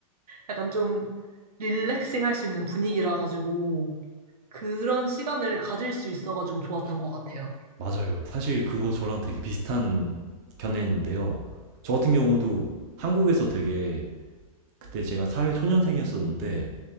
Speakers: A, on the right; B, on the right.
A: 약간 좀 릴렉싱 할 수 있는 분위기라 가지고 그런 시간을 가질 수 있어 가지고 좋았던 것 같아요.
B: 맞아요. 사실 그거 저랑 되게 비슷한 견해인데요. 저 같은 경우도 한국에서 되게 그때 제가 사회 초년생이었었는데